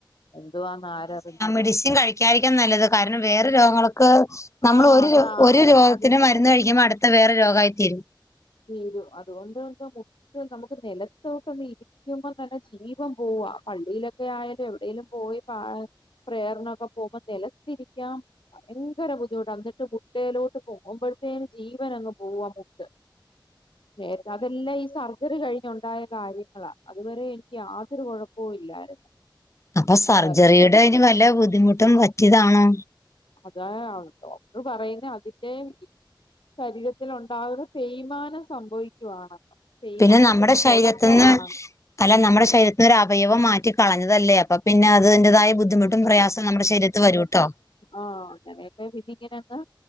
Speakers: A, on the left (about 85°); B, on the left (about 35°).
A: എന്തുവാന്ന് ആരറിഞ്ഞു.
B: <inaudible> യിരിക്കും നല്ലത് കാരണം വേറെ രോഗങ്ങൾക്കെ നമ്മൾ
A: ആഹ്
B: ഒരു
A: അതാ
B: ഒരു രോഗത്തിന്
A: അത്
B: മരുന്ന് കഴിക്കുമ്പോ അടു ഇ വേറെ രോഗമായി തീരും.
A: തീരും അതുകൊണ്ട് മുട്ട നമുക്ക് നിലത്തോട്ട് നീ കുമ്പം തന്നെ ജീവം പോവാ പള്ളിയിലൊക്കെ ആയാലും എവിടെേങ്കലും പോയി പ പ്രയറിന് ഒകെ പോകുമ്പോൾ നിലത്തിരിക്കാം. ഭയങ്കര ബുദ്ധിമുട്ട് എന്നിട്ട് മുട്ടയിലോട്ട് പോകുമ്പോഴത്തേും ജീവൻങ്ങ് പോവാൻ മുട്ട്. നേത്തെ അതെല്ലാം ഈ സർജറി കഴിഞ്ഞുണ്ടായ കാര്യങ്ങളാ അതുവരെ എനിക്ക് യാതൊരു കുഴപ്പവും ഇല്ലായിരുന്നു.
B: അപ്പൊ
A: ഇത്
B: സർജറിയുടെ അതിന് വല്ല ബുദ്ധിമുട്ടും പറ്റിയതാണോ?
A: അതാ ഡോക്ടർ പറയുന്ന അതിന്റെ. ശരീരത്തിൽ ഉണ്ടാവുന്ന തേയ്മാനം സംഭവിക്കുകയണ്. തേമാനത്തിന്റെ
B: പിന്നെ നമ്മുടെ ശരീരത്തിന്ന്
A: തുടക്കമാണ്.
B: അല്ല നമ്മുടെ ശരീരത്തിന ഒരു അവയവം മാറ്റി കളഞ്ഞതല്ലേ അപ്പൊ പിന്നെ അതിൻ്റതായ ബുദ്ധിമുട്ട്. പ്രയാസം നമ്മുടെ ശരീരത്ത് വരൂം ട്ടോ?
A: ആഹ അങ്ങനെയൊക്കെ പിന്നെഇങ്ങനെന്ന്.